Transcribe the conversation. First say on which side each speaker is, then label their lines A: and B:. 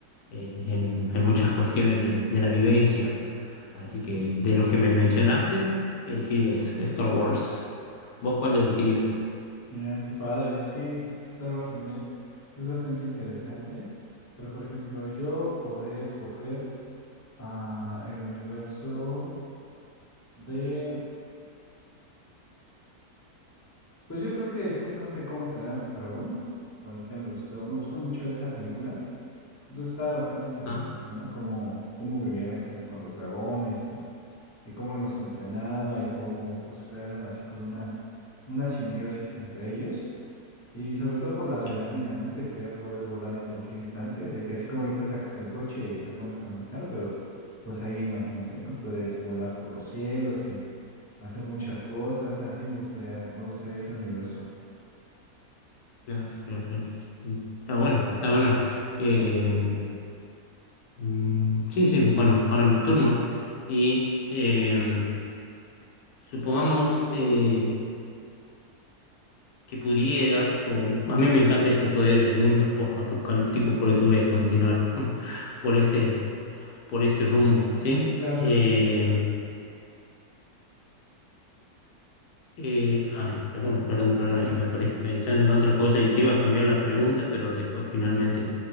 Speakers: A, on the left; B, on the left.
A: eh, en, en muchas cuestiones de, de la vivencia. Así que de los que me mencionaste, elegí eso, Star Wars. ¿Vos cuál elegirías?
B: Ah, qué padre. Sí, sí, Star Wars también es, es bastante interesante. Pero, por ejemplo, yo podría escoger ah, el universo de... Pues yo creo que justamente cómo entrenar a tu dragón, ahorita me gustó, me gustó mucho esa película. Entonces estaba bastante interesante,
A: Ah,
B: ¿no? Cómo, cómo vivía la gente con los dragones y, y cómo los entrenaba y cómo pues eran así como una, una simbiosis entre ellos. Y sobre todo por la adrenalina,
A: sí.
B: ¿no? Que sería poder volar en cualquier instante. O sea, que así como ahorita sacas el coche y te pones a manejar, pero pues ahí imagínate, ¿no? Puedes volar por los cielos y hacer muchas cosas. Así me gustaría, me gustaría ese universo.
A: Claro, claro, claro. sí. Está bueno, está bueno. Eh, mm, sí, sí, bueno, ahora es mi turno. Y eh, supongamos eh, que pudieras, o a mí me encanta esto todavía del mundo post-apocalíptico, por eso voy a continuar <laughs> por ese, por ese rumbo, ¿sí?
B: Ujú, Claro.
A: Eh, eh, ay, perdón, perdón, perdón, es que me perdí pensando en otra cosa y te iba a cambiar la pregunta, pero después finalmente